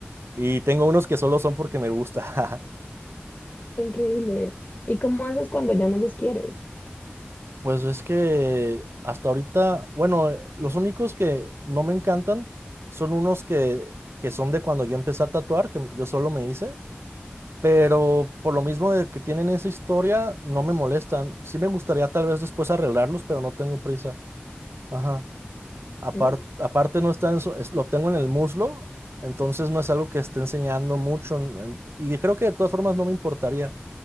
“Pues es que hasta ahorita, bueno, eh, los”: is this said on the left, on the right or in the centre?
Right